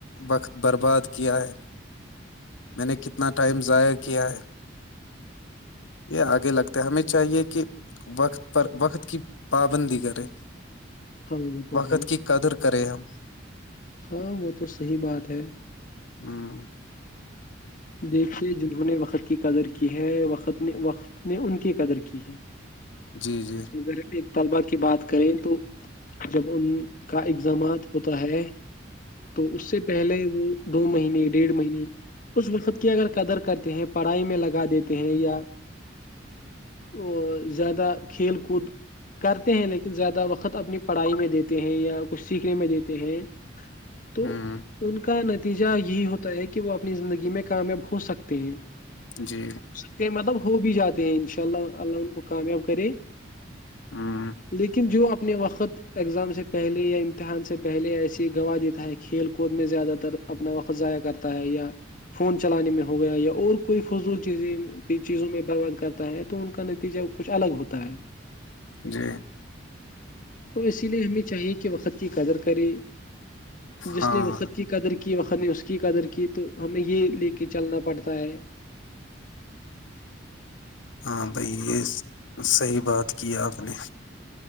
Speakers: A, on the left (about 80°); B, on the left (about 45°).
A: وقت برباد کیا ہے میں نے کتنا ٹائم ضائع کیا ہے یہ آگے لگتا ہے ہمیں چاہیے کہ وقت پر وقت کی پابندی کرے
B: ہاں وہ تو
A: وقت
B: ہے
A: کی قدر کرے ہم
B: ہاں وہ تو صحی بات ہے
A: ہاں
B: دیکھیے جنہوں نے وقت کی قدر کی ہے وقت نے وقت نے ان کی قدر کی ہے
A: جی جی
B: اگر طلبا کی بات کریں تو جب ان کا اگزامات ہوتا ہے تو اس سے پہلے وہ دو مہینے ڈیھ مہینے اس وقت کی اگر قدر کرتے ہیں پڑھائی میں لگا دیتے ہیں یا اور زیادہ کھیل کود کرتے ہیں لیکن زیادہ وقت اپنی پڑھائی میں دیتے ہیں یا کچھ سیکھنے میں دیتے ہیں تو
A: ہ
B: ان کا نتیجہ یہی ہوتا ہے کہ وہ اپنی زندگی میں کامیاب ہو سکتے ہیں
A: جی
B: ہو سکتے ہیں مطلب ہو بھی جاتے ہیں ان شاء اللہ اللہ ان کو کامیاب کرے
A: ہاں
B: لیکن جو اپنے وقت ایگزام سے پہلے یا امتحان سے پہلے ایسی گواہ دیتا ہے کھیل کود میں زیادہ تر اپنا وقت ضائع کرتا ہے یا فون چلانے میں ہو گیا یا اور کوئی فضول چیزیں چیزوں میں برباد کرتا ہے تو ان کا نتیجہ کچھ الگ ہوتا ہے
A: جی
B: تو اسی لیے ہمیں چاہیے کہ وقت کی قدر کرے جس
A: ہاں
B: نےے وقت کی قدر کی وقت نے اس کی قدر کی تو ہمیں یہ لے کے چلنا پڑتا ہے
A: ہاں بائی یہ صحی بات کی آپ نے